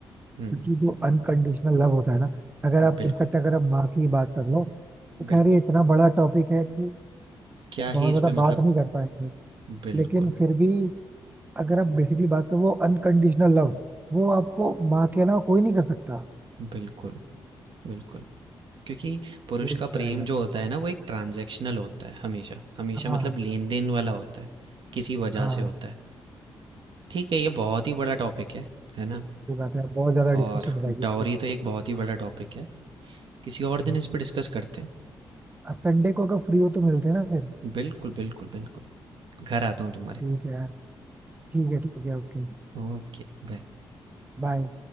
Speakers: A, on the right (about 20°); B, on the right (about 65°).
A: क्योंकि
B: हम्म
A: जो अनकंडीशनल लव होता है ना अगर आप
B: बिल्कुल
A: इनफैक्ट अगर आप माँ की बात कर लो तो कह
B: बिल्कुल
A: रही है इतना बड़ा टॉपिक है कि
B: क्या
A: बहुत
B: ही इस
A: ज्यादा
B: पे मतलब
A: बात नहीं कर पाएंगे
B: बिल्कुल
A: लेकिन फिर भी अगर आप बेसिकली बात करो वो अनकंडीशनल लव वो आपको माँ के अलावा कोई नहीं कर सकता
B: बिल्कुल बिल्कुल क्योंकि पुरुष
A: ये
B: का
A: तो
B: प्रेम
A: है भाई।
B: जो होता है ना वो एक ट्रांजैक्शनल होता है हमेशा हमेशा
A: हाँ
B: मतलब लेन देन वाला होता है किसी वजह
A: हाँ
B: से होता है ठीक है ये बहुत ही बड़ा टॉपिक है है ना
A: जो बात है बहुत ज्यादा
B: और
A: डिस्कशन हो जाएगी इस
B: डाउरी
A: पे
B: तो एक बहुत ही बड़ा टॉपिक है किसी और
A: हाँ।
B: दिन इस पर डिस्कस करते हैं
A: संडे को अगर फ्री हो तो मिलते हैं ना फिर
B: बिल्कुल बिल्कुल बिल्कुल घर आता हूँ तुम्हारे
A: ठीक है यार ठीक है ठीक है ओके
B: Okay bye
A: बाय